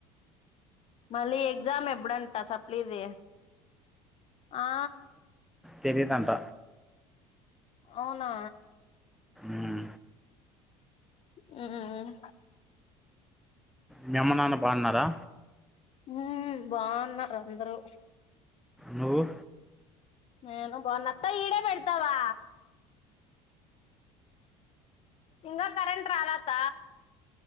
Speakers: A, on the left (about 45°); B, in the centre.
A: మళ్ళీ ఎగ్జామ్ ఎప్పుడంటా సప్లీది ఆ
B: తెలిదంట
A: అవునా
B: ఉమ్,
A: మ్
B: మీ అమ్మ నాన్న బాన్నారా
A: మ్ బాన్నారు అందరూ
B: నువ్వు
A: నేను బాన్న అత్త ఈడే పెడతావా ఇంగ కరెంట్ రాలే అత్త